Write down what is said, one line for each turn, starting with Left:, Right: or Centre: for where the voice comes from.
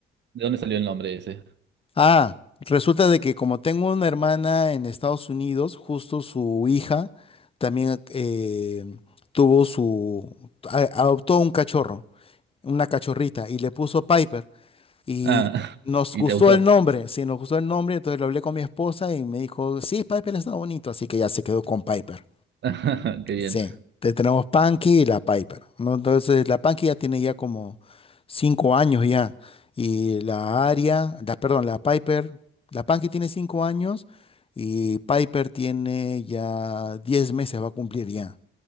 Right: ¿De dónde salió el nombre ese?
Left: Ah, resulta de que como tengo una hermana en Estados Unidos, justo su hija también eh, tuvo su... a- adoptó un cachorro, una cachorrita, y le puso Piper. Y
Right: Ah, <laughs>
Left: nos
Right: ¿y
Left: gustó
Right: te gustó?
Left: el nombre, sí, nos gustó el nombre, entonces lo hablé con mi esposa y me dijo, sí, Piper está bonito, así que ya se quedó con Piper.
Right: <laughs> Qué bien.
Left: Sí, te- tenemos Punky y la Piper, ¿no? Entonces la Punky ya tiene ya como cinco años ya, y la Aria, la, perdón, la Piper, la Punky tiene cinco años y Piper tiene ya diez meses, va a cumplir ya.